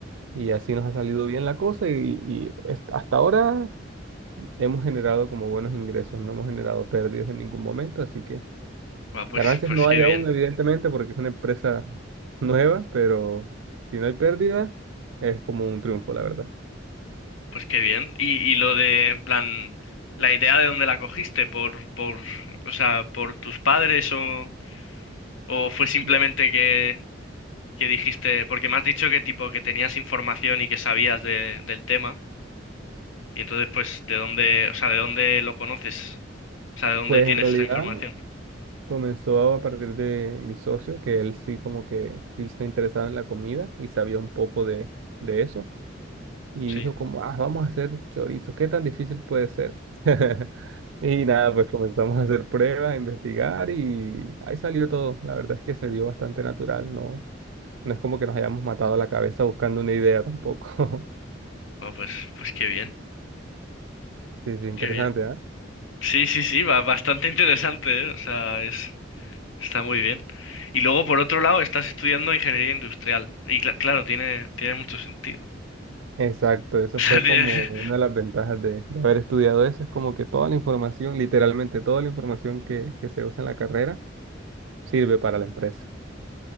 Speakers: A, on the right; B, on the left.
A: Y así nos ha salido bien la cosa y, y es- hasta ahora hemos generado como buenos ingresos, no hemos generado pérdidas en ningún momento, así que
B: va, pues,
A: ganancias
B: pues
A: no
B: qué
A: hay
B: bien,
A: aún, evidentemente, porque es una empresa nueva, pero si no hay pérdida, es como un triunfo, la verdad.
B: pues qué bien. Y, y lo de, en plan, la idea de dónde la cogiste, por, por, o sea, por tus padres o, o fue simplemente
A: No.
B: que, que dijiste, porque me has dicho que tipo que tenías información y que sabías de, del tema, y entonces pues de dónde, o sea, de dónde lo conoces, o sea, de dónde
A: Pues
B: tienes
A: en realidad
B: esa información.
A: comenzó a partir de mi socio, que él sí como que sí está interesado en la comida y sabía un poco de, de eso. y
B: Sí.
A: dijo como, ah, vamos a hacer chorizo, ¿qué tan difícil puede ser? <laughs> Y nada, pues comenzamos a hacer pruebas, a investigar y ahí salió todo. La verdad es que se dio bastante natural, no, no es como que nos hayamos matado la cabeza buscando una idea tampoco. <laughs>
B: Ah, pues, pues qué bien,
A: Sí, sí, interesante,
B: qué bien.
A: ¿ah?
B: Sí, sí, sí, va bastante interesante, ¿eh? O sea, es, está muy bien. Y luego, por otro lado, estás estudiando ingeniería industrial. Y cla- claro, tiene, tiene mucho sentido.
A: Exacto, eso
B: <laughs> O sea,
A: fue
B: tiene-
A: como una de las ventajas de, de haber estudiado eso, es como que toda la información, literalmente toda la información que, que se usa en la carrera sirve para la empresa.